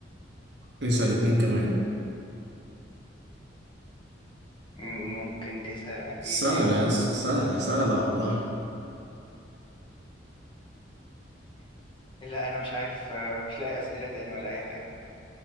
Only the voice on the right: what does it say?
اسال اتنين كمان
سهله
يا أس- سهله سهله والله